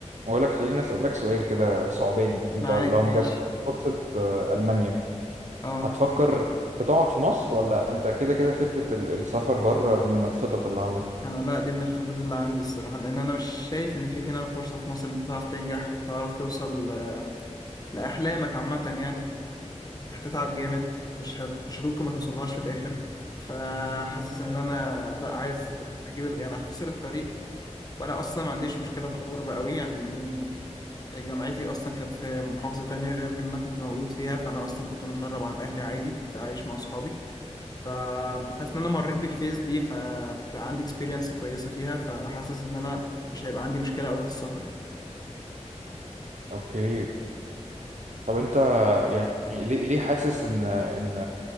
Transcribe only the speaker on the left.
معاك
ماشي
اه
انا لا دي من الخطط اللي عندي الصراحه لان انا مش شايف ان في هنا فرصه في مصر ان انت تعرف تنجح وتعرف توصل ل- لاحلامك عامه يعني هتتعب جامد مش هت... مش ممكن ما توصلهاش في الاخر فحاسس ان انا لا عايز اجيب ال... يعني اختصر الطريق وانا اصلا ما عنديش مشكله في الغربه قوي يعني جامعتي اصلا كانت في محافظه تانية غير اللي انا كنت مولود فيها فانا اصلا كنت متغرب عن اهلي عادي كنت عايش مع اصحابي فحاسس ان انا مريت بالفيز دي فبقى عندي اكسبيرينس كويسه فيها فحاسس ان انا مش هيبقى عندي مشكله قوي في السفر يعني